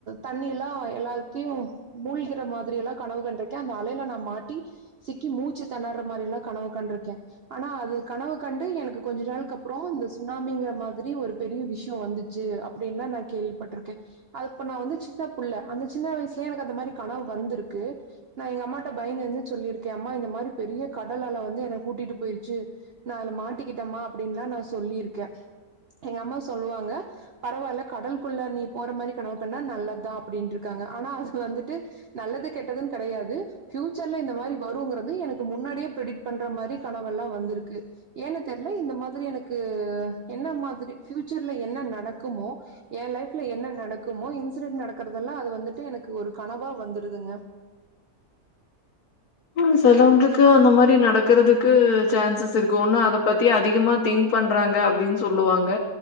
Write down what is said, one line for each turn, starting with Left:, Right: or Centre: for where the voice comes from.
Right: தண்ணி எல்லாம் எல்லாத்தையும் மூழ்கிற மாதிரி எல்லாம் கனவு கண்டிருக்கேன் அந்த அலையில நான் மாட்டி சிக்கி மூச்சு திணர்ற மாரி எல்லாம் கனவு கண்டிருக்கேன் ஆனா அது கனவு கண்டு எனக்கு கொஞ்ச நாளுக்கு அப்புறம் இந்த சுனாமிங்கிற மாதிரி ஒரு பெரிய விஷயம் வந்துச்சு அப்படின்னுலாம் நான் கேள்விப்பட்டிருக்கேன் அது இப்ப நான் வந்து சின்ன புள்ள அந்த சின்ன வயசுலயே எனக்கு அந்த மாதிரி கனவு வந்திருக்கு நான் எங்க அம்மாட்ட பயந்திருந்து சொல்லியிருக்கேன் ம் அம்மா இந்தமாரி பெரிய கடல்லல வந்து என கூட்டிட்டு போயிருச்சு நான் அத மாட்டிக்கிட்டேம்மா அப்படின்னுல்லாம் நான் சொல்லியிருக்கேன் எங்க அம்மா சொல்லுவாங்க பரவாயில்ல கடலுள்ள நீ போற மாரி கனவு கனா நல்லதான் அப்படின்ட்டு இருக்காங்க ஆனா அது வந்துட்டு நல்லது கெட்டதுன்னு கெடையாது பியூச்சர்ல இந்த மாரி வருங்குறது எனக்கு முன்னாடியே பிடிட் பண்ற மாரி கனவெல்லாம் வந்திருக்கு ஏன்ன தெரியல இந்த மாதிரி எனக்கு என்ன மாதிரி பியூச்சர்ல என்ன நடக்குமோ என் லைப்ல என்ன நடக்குமோ இன்சிடென்டு நடக்கறதெல்லாம் அது வந்துட்டு எனக்கு ஒரு கனவா வந்துருதுங்க
Left: ம் சிலவங்களுக்கு அந்த மாரி நடக்கறதுக்கு சான்சஸ் இருக்கு ஒண்ணும் அத பத்தி அதிகமா திங்க் பண்றாங்க அப்படின்னு சொல்லுவாங்க